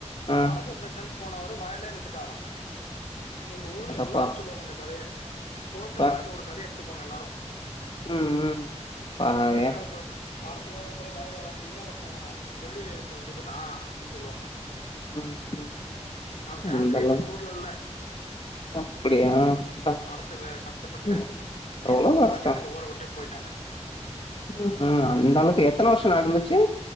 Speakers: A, on the left; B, on the left.
A: ஆ
B: வரப்பு பிரச்சன போனவரு வயலே வித்துட்டாரா எங்க ஊர்ல
A: அடப்பா
B: எல்லாரு சொல்லுவாங்க இந்த கதைய கோர்டுனால
A: ஆ
B: இந்த ஒரு கதை எடுத்துகுவாங்க எல்லாரு
A: ம் ம் பாவியா
B: வரப்புக்காக வரப்புக்காக போய் வயதை வாங்கியே ஒருத்தோங்க கொல்லிது வித்துதா அப்டின் சொல்லுவாங்க
A: ம் ம்
B: அவ ஃபேமிலியே
A: அந்தளவுக்கு
B: இப்ப இந்த ஊர்ல இல்ல
A: அப்டியா ப்பா
B: மனசு கஷ்டப்பட்டு
A: ம்
B: மீதி
A: எவ்ளோ
B: மிச்சமெல்லா
A: கஷ்டோ
B: வித்துட்டு ஊற விட்டே போயிட்டாங்க
A: ம் அந்த அளவுக்கு எத்தன வருஷ நடந்துச்சு